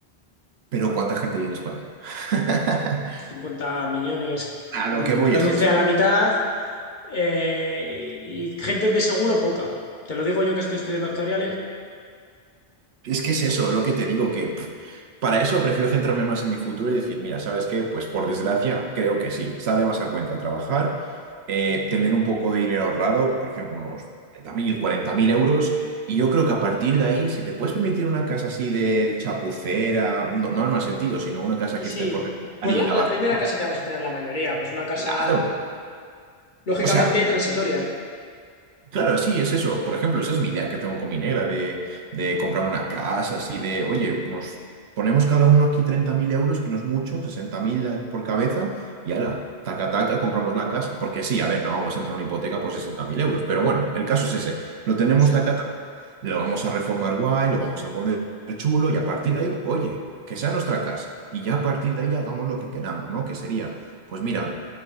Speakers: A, on the right; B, on the left.
A: Pero ¿cuánta gente hay en España? <laughs>
B: cincuenta millones
A: A lo
B: mm,
A: que voy
B: reduce
A: es eso.
B: a la mitad eh, y gente de seguro poca. Te lo digo yo que estoy estudiando actuariales.
A: Es que es eso, lo que te digo, que pf, para eso prefiero centrarme más en mi futuro y decir, mira, ¿sabes qué? Pues por desgracia, creo que sí, sale más a cuenta trabajar, eh, tener un poco de dinero ahorrado, por ejemplo, unos treinta mil cuarenta mil euros, y yo creo que a partir de ahí, si te puedes permitir una casa así de chapucera, no, no en mal sentido, sino una casa
B: Y
A: que
B: sí,
A: esté por
B: pues
A: remodelar y
B: la,
A: lavar,
B: la primera casa que vamos a tener la mayoría, pues una casa
A: claro.
B: lógicamente
A: O sea,
B: transitoria.
A: Claro, sí, es eso. Por ejemplo, esa es mi idea que tengo con mi negra, de, de comprar una casa, así de, oye, nos ponemos cada uno aquí 30.000 euros, que no es mucho, 60.000 por cabeza, y ala, taca, taca, compramos la casa. Porque sí, a ver, no vamos a entrar en una hipoteca por 60.000 euros, pero bueno, el caso es ese. Lo tenemos
B: Justo.
A: taca, taca, lo vamos a reformar guay, lo vamos a poner chulo, y a partir de ahí, oye, que sea nuestra casa. Y ya a partir de ahí hagamos lo que queramos, ¿no? Que sería, pues mira.